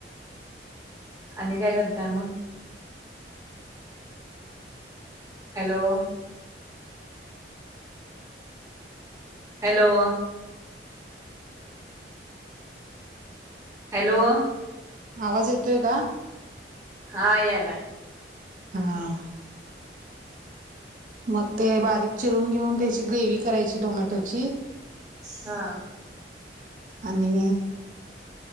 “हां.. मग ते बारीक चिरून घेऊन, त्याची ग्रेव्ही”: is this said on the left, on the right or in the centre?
Right